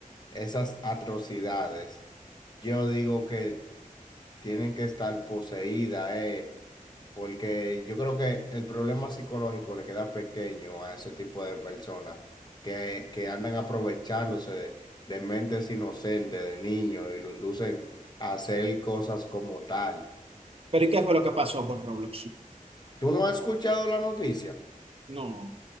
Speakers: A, on the left; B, on the right.
A: esas atrocidades, yo digo que tienen que estar poseídas, eh, porque yo creo que el problema psicológico le queda pequeño a ese tipo de personas que, que andan aprovechándose de, de mentes inocentes, de niños, y lo inducen a hacer cosas como tal.
B: Pero ¿y qué fue lo que pasó con Roblox?
A: ¿Tú no has escuchado la noticia?
B: No,